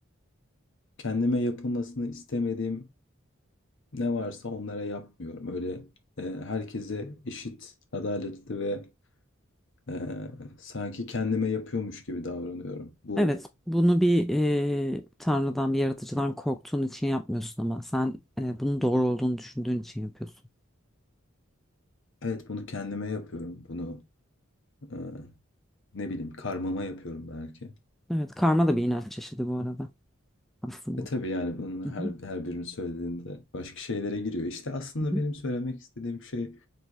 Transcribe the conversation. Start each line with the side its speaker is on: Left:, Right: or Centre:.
Left: kendime yapılmasını istemediğim ne varsa onlara yapmıyorum. Öyle eee, herkese eşit, adaletli ve eee, sanki kendime yapıyormuş gibi davranıyorum. Bu
Centre: Evet, bunu bir e, tanrıdan, bir yaratıcıdan korktuğun için yapmıyorsun ama sen e, bunun doğru olduğunu düşündüğün için yapıyorsun.
Left: evet bunu kendime yapıyorum. Bunu eee, ne bileyim karmama yapıyorum belki.
Centre: Evet, karma da bir inanç çeşidi bu arada aslında.
Left: E tabii yani bunun
Centre: Hı
Left: her,
Centre: hı,
Left: her birini söylediğinde başka şeylere giriyor. İşte aslında
Centre: hı
Left: benim
Centre: hı,
Left: söylemek istediğim şey